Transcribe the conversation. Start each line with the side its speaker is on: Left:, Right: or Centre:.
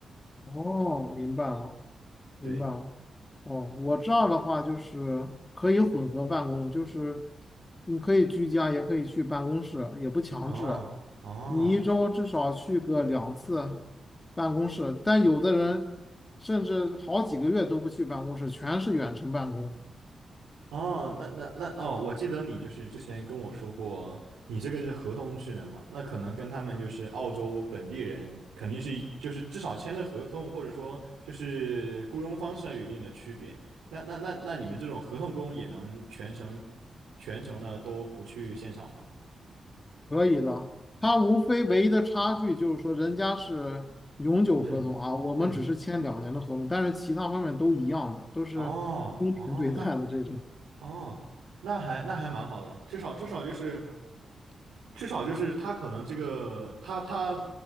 Left: 哦，明白了，
Right: <laughs>
Left: 明白了。
Right: 对，
Left: 哦，我这儿的话就是可以混合办公，就是你可以居家，也可以去办公室，也不强制。
Right: 哦哦。
Left: 你一周至少去个两次办公室，但有的人甚至好几个月都不去办公室，全是远程办公。
Right: 哦，那那那哦，我记得你就是之前跟我说过，你这个是合同制的嘛？那可能跟他们就是澳洲本地人，肯定是就是至少签的合同，或者说就是雇佣方式上有一定的区别。那那那那你们这种合同工也能全程全程的都不去现场吗？
Left: 可以的，它无非唯一的差距就是说，人家是永久合同啊，
Right: 嗯嗯，
Left: 我们只是签两年的合同，但是其他方面都一样的，都是公平对待的这种。
Right: 哦哦，那哦那还那还蛮好的，至少至少就是至少就是他可能这个他他